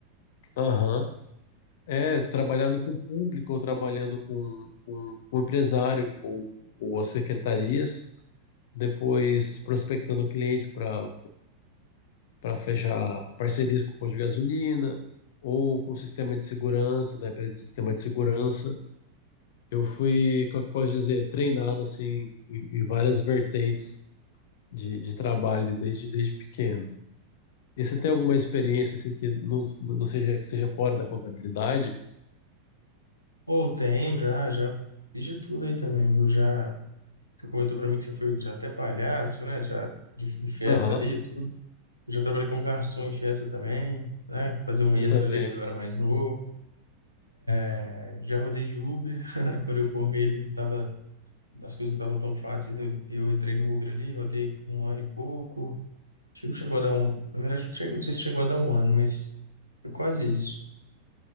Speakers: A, on the left; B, on the left.
A: Aham. É, trabalhando com o público ou trabalhando com, com, com o empresário ou, ou as secretarias, depois prospectando o cliente para para fechar parcerias com o posto de gasolina ou com o sistema de segurança, da empresa de sistema de segurança. Eu fui, como é que eu posso dizer, treinado assim em, em várias vertentes de, de trabalho desde, desde pequeno. E você tem alguma experiência assim que não, não seja, que seja fora da contabilidade?
B: Ou tem, já, já fiz de tudo aí também. Eu já, você comentou pra mim que você foi já até palhaço, né? Já de, em festa
A: Aham,
B: ali, e tudo. Eu já trabalhei como garçom em festa também, né? Fazer um
A: eu
B: extra
A: também.
B: ali quando eu era mais novo. Eh, Já rodei de Uber. <laughs> Quando eu formei ele, não tava, as coisas não estavam tão fáceis. Eu, eu entrei no Uber ali, rodei um ano e pouco. Acho que não chegou a dar um. Na verdade, não chegou- não sei se chegou a dar um ano, mas foi quase isso.